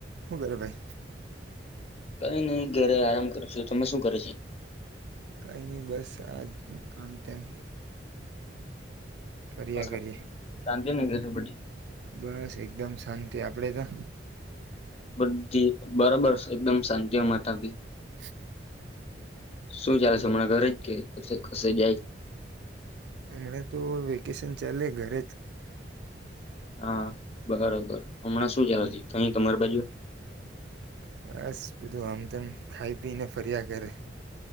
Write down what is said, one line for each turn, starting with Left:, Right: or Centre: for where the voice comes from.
Right: શું કરે ભાઈ
Left: કઈ નહી ઘેરે આરામ કર છો તમે શું કરે છે
Right: કઈ નહી બસ આજ આમ તેમ ફર્યા
Left: બરો
Right: કરીએ
Left: શાંત એનેગરે બ્ડી
Right: બસ એકદમ શાંતિ આપણેે તો
Left: બધી બરાબર એકદમ શાંતિ માતા ભી
Right: <inaudible>
Left: શું ચાલે છે હમણાં ઘરે જ કે પ કસે જાય
Right: હમણાં તો વેકેશન ચાલે ઘરે જ
Left: હા બરોબર હમણાં શું ચાલથી અહી તમારી બાજુ
Right: બસ બધું આમ તેમમ ખાઈ પી ને ફર્યા કરે